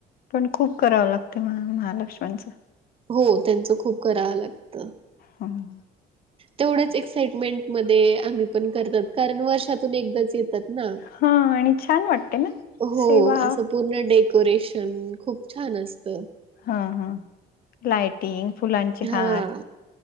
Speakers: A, on the left; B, on the right.
A: पण खूप करावं लागते महालक्ष्मणचं.
B: हो त्यांचं खूप करावं लागतं.
A: हम.
B: तेवढ्याच एक्साइटमेंट मध्ये आम्ही पण करतात कारण वर्षातून एकदाच येतात. ना
A: हा आणि छान वाटते ना
B: हो
A: सेवा
B: असं पूर्ण डेकोरेशन प खूप छान असत.
A: हा हा लाइटिंग फुलांचे हार
B: हा